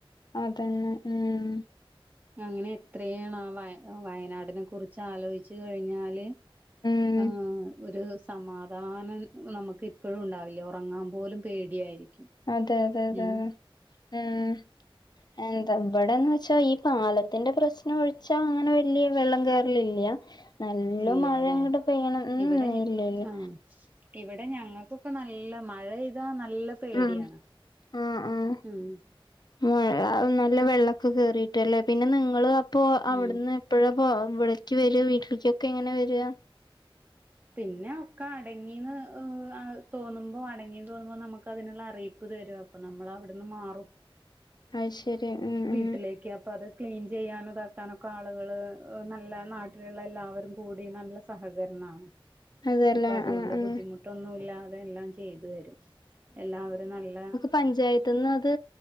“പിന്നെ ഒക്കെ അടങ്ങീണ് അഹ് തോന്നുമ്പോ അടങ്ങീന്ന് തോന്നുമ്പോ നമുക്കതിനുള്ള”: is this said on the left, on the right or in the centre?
Right